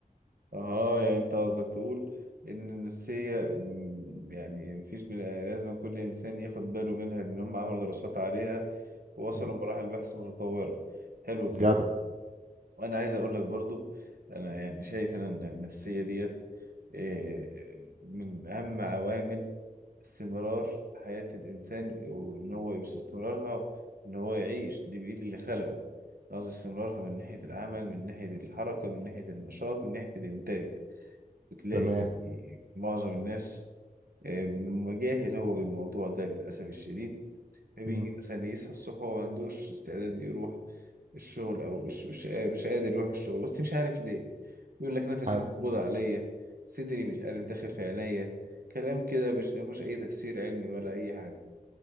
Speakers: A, on the right; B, on the right.
A: أها يعني أنت قصدك تقول إن النفسية مم، يعني مفيش بني لازم كل إنسان ياخد باله منها لأن هم عملوا دراسات عليها ووصلوا
B: مم.
A: مراحل بحث متطورة حلو الكلام
B: جدع
A: وانا عايز اقول لك برضو انا يعني شايف انا ان النفسيه ديت إيه، من اهم عوامل استمرار حياه الانسان وان هو مش استمرارها ان هو يعيش دي بايد اللي خلقه أنا قصدي استمرارها من ناحيه العمل من ناحيه الحركه من ناحيه النشاط من ناحيه الانتاج بتلاقي
B: تمام
A: معظم الناس إيه، مجاهل هو بالموضوع ده للاسف الشديد بيجي
B: مم.
A: مثلا يصحى الصبح وما عندوش استعداد يروح الشغل او مش مش قا- مش قادر يروح الشغل بس مش عارف ليه يقول لك نفسي
B: حلو
A: مقبوض عليا صدري مش عارف داخل في عينيا كلام كده مش مفيهوش اي تفسير علمي ولا اي حاجه